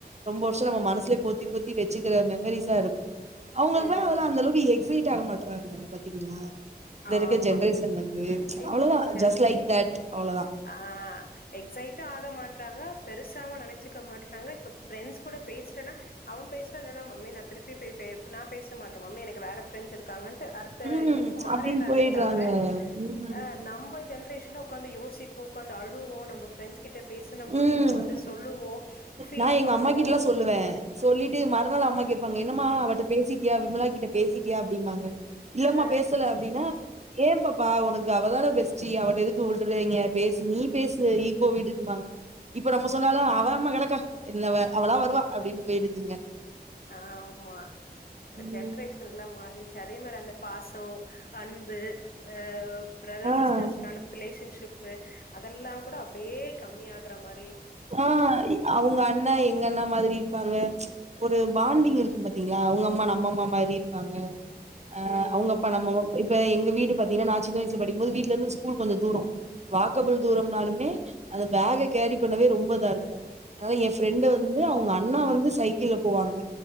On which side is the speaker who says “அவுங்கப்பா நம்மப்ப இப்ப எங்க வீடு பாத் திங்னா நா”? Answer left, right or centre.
Right